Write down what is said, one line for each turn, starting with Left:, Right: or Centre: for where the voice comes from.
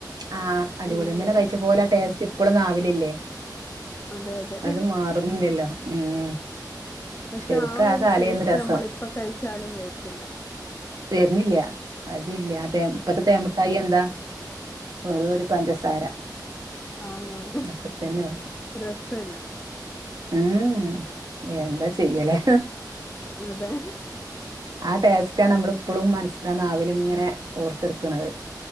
Right: ആ അടിപൊളി
Left: ഉം.
Right: ഇന്നല കഴിച്ച പോലെ ടേസ്റ്റ് ഇപ്പളും നാവിലില്ലേ
Left: അതെ അതെ.
Right: അത് മാറുന്നില്ലല്ലോ ഉം
Left: പക്ഷെ
Right: ശരിക്കും
Left: ആ ഒരു
Right: കാലേന്നു
Left: ടേസ്റ്റ്
Right: രസം
Left: നമ്മൾ ഇപ്പ കഴിച്ചാലും വരും ത്തില്ല
Right: വര്ണില്ല അതില്ല ആ ഇപ്പത്തെ തേൻമുട്ടായി എന്താ ഓരോരോ പഞ്ചസാര
Left: ആണാണ്.
Right: അത്ര തന്നെ ഉള്ളു
Left: രസല്ല.
Right: ഉം എന്താ ചെയ്യാല്ലെ
Left: അതെ
Right: ആ ടേസ്റ്റാണ് നമ്മളിപ്പളും മനസ്സിലനാവിലിങ്ങെനെ ഓർത്തിർക്കണത്.